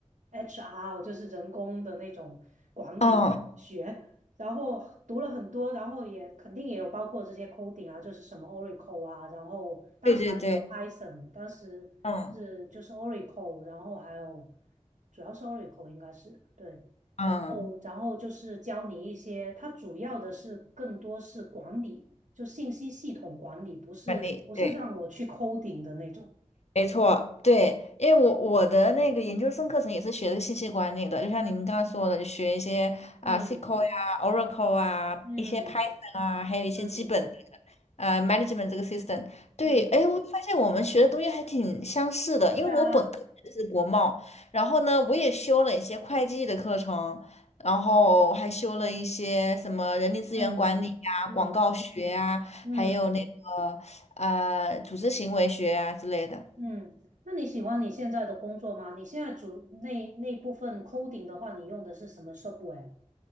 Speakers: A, on the right; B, on the left.
A: HR，就是人工的那种管理学，
B: 嗯，
A: 然后读了很多，然后也肯定也有包括这些 coding 啊，就是什么 Oracle 啊，然后当时还没有
B: 对对对，
A: Python，当时是就是
B: 嗯
A: Oracle，然后还有主要是 Oracle 应该是对。
B: 嗯，
A: 然后，然后就是教你一些，它主要的是更多是管理，就信息系统管理，不是不是让我去
B: 管理，对。
A: coding 的那种。
B: 没错，对，因为我我的那个研究生课程也是学的信息管理的，就像您刚刚说的，就学一些啊、
A: 嗯
B: SQL 呀、Oracle 啊、
A: 嗯
B: 一些 Python 啊，还有一些基本的
A: 嗯
B: 呃 management 这个 system。对，
A: 嗯，
B: 哎，我发现我们学的东西还挺相似的，
A: 对啊，
B: 因为我本科学的是国贸，然后呢，我也修了一些会计的课程，然后还修了一些什么人力资源管理呀、
A: 嗯嗯
B: 广告学呀，
A: 嗯
B: 还有那个呃组织行为学啊之类的。
A: 嗯。那你喜欢你现在的工作吗？你现在主那那部分 coding 的话，你用的是什么 software？